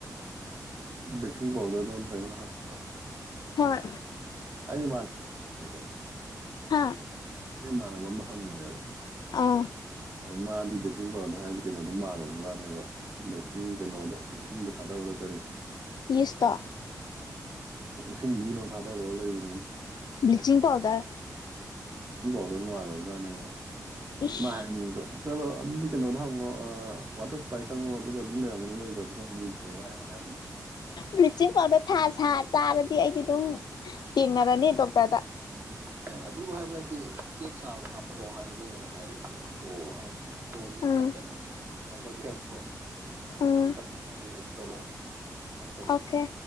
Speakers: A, on the right (about 30°); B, on the left (about 90°).
A: ꯕꯦꯀꯤꯡ ꯄꯥꯎꯗꯔꯗ ꯇ꯭ꯔꯉꯅ ꯍꯥꯡꯕꯗꯣ
B: ꯍꯣꯏ
A: ꯍꯥꯏꯗꯤ ꯃꯥꯔꯤꯕꯣ
B: ꯍꯥ
A: ꯁꯤ ꯏꯃꯥꯟꯅꯕ ꯑꯃꯝ ꯍꯪꯕꯅꯦꯕ
B: ꯑꯥ
A: ꯑ ꯃꯥꯗꯤ ꯕꯦꯀꯤꯡ ꯄꯥꯎꯗꯔꯗ ꯍꯥꯏꯔꯤꯁ ꯀꯩꯅꯣꯗꯣ ꯃꯥꯜꯂꯕꯖꯥꯅꯦꯕ ꯕꯦꯀꯤꯡ ꯀꯩꯅꯣꯗꯣ ꯑꯁ ꯏꯁꯤꯡꯗꯣ ꯊꯥꯗ ꯅ ꯇꯔ
B: ꯂꯤꯁꯇ
A: ꯏꯁꯤꯡ ꯂꯨꯕꯗꯧ ꯊꯥꯗꯕꯥꯎ ꯂꯩꯕꯅꯤꯅꯦ
B: ꯕ꯭ꯂꯂꯤꯆꯤꯡꯤꯡ ꯄꯥꯎꯗꯔ
A: ꯣꯗ ꯃꯥꯜꯂꯖꯥꯅꯦꯕ
B: ꯏꯁ
A: ꯃꯥ ꯍꯥꯏꯅꯤꯅꯦꯀꯣ ꯆꯣ ꯑꯗꯨꯗꯤ ꯀꯩꯅꯣꯉꯣ ꯋꯥꯇꯔ ꯁꯥꯏꯁꯉꯣ ꯑꯗꯨꯒ ꯑꯗꯨꯝ ꯂꯩꯔꯝꯒꯅꯤ ꯃꯣꯏ ꯀꯁꯨꯅ ꯍꯥꯏꯕꯅꯦ
B: ꯕ꯭ꯂꯤꯆꯤꯡ ꯄꯥꯎꯗꯔ ꯊꯥ ꯁꯥ ꯆꯥꯔꯗꯤ ꯑꯩꯗꯤ ꯑꯗꯨꯝ ꯊꯦꯡꯅꯔꯅꯤ ꯗꯣꯛꯇꯔꯗ
A: ꯑꯩ ꯑꯗꯨꯕꯨ ꯍꯥꯏꯕ ꯅꯠꯇꯦ ꯀꯦꯛ ꯁꯥꯕꯗꯣ ꯍꯥꯞꯄꯗꯣ ꯍꯥꯏꯕꯅꯦꯅ ꯍꯥꯏꯔꯦ ꯑꯗꯨ ꯑꯣ ꯍꯥꯏ ꯍꯣꯏ
B: ꯎꯝ
A: ꯐꯃ ꯀꯦꯈꯣ
B: ꯎꯝ
A: ꯑꯃꯨꯛ ꯇꯧꯔꯛꯑꯣ ꯅꯪ ꯇꯧꯔꯛꯑꯣ
B: ꯑꯣꯀꯦ